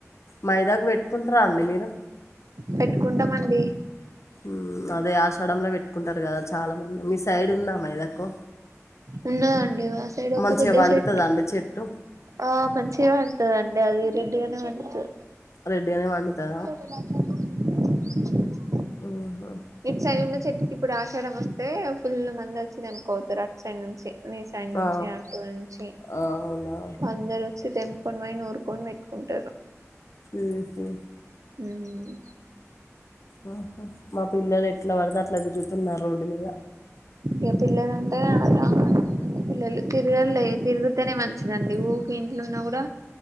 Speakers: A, on the left; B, on the right.
A: మైదాక్ పెట్టుకుంటారా అండి మీరు
B: పెట్టుకుంటమండీ
A: మ్ అదే ఆషాడంల పెట్టుకుంటారు కదా చాలా మంది మీ సైడ్ ఉందా మైదాకు
B: ఉన్న దండి మా సైడ్ ఒక
A: మంచిగా
B: పెద్ద
A: పండుతదా
B: చెట్టు
A: అండి చెట్టు
B: ఆ మంచిగా పండుతుదండి అది రెడ్ గానే పండుతది
A: రెడ్ గానే పండుతదా
B: మ్
A: మ్ హు
B: ఇటు సైడ్ ఉన్న చెట్టుకి ఇప్పుడు ఆశడం వస్తే ఫుల్ మంది వచ్చి తెంపుకపొతారు అటు సైడ్ నుంచి మీ స్ సైడ్ నుంచి
A: ఆ
B: అటు నుంచి
A: ఆ అవునా
B: అందరు వచ్చి తెెంపుకొని పోయి నూరుకొని పెట్టుకుంటారు
A: మ్ హు
B: మ్
A: అహ మా పిల్లలు ఎట్లా పడితే అట్లా తిరుగుతున్నారు రోడ్డు మీద
B: ఇగ పిల్లలు అంటే ఆట అట్ పిల్లలు తిరుగలే తిరిగితేనే మంచిదండి ఊరికే ఇంట్లున్నా కూడా